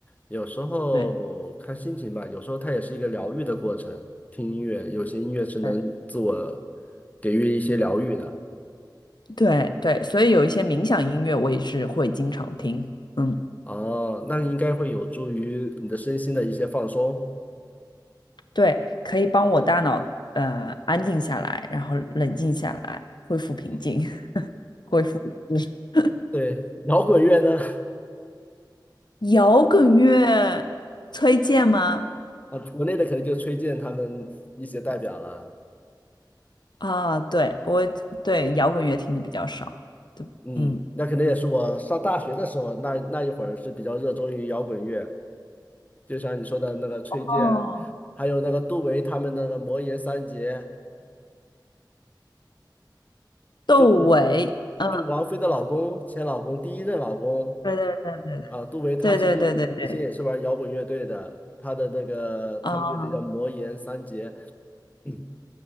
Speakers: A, on the left; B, on the left.
A: 有时候看心情吧，
B: 对
A: 有时候它也是一个疗愈的过程。听音乐，有些音乐是能自我
B: 对
A: 给予一些疗愈的。
B: 对对，所以有一些冥想音乐我也是会经常听。嗯。
A: 哦，那应该会有助于你的身心的一些放松。
B: 对，可以帮我大脑呃安静下来，然后冷静下来，恢复平静，
A: 嗯，
B: <laughs> 恢复理智。
A: 对，摇滚乐呢？
B: 摇滚乐推荐吗？
A: 啊，国内的可能就崔健他们一些代表了。
B: 啊，对，我对摇滚乐听的比较少。对，
A: 嗯，
B: 嗯，
A: 那可能也是我上大学的时候，那那一会儿是比较热衷于摇滚乐，就像你说的那个崔健，
B: 哦，
A: 还有那个杜维他们那个魔岩三杰，
B: 窦唯，
A: 就是
B: 嗯，
A: 就王菲的老公，前老公，第一任老公
B: 对
A: 啊，杜维他其实之前也是玩摇滚乐队的，
B: 对对对对对对，
A: 他的那个他们乐队叫魔岩三杰。
B: 啊，
A: 嗯，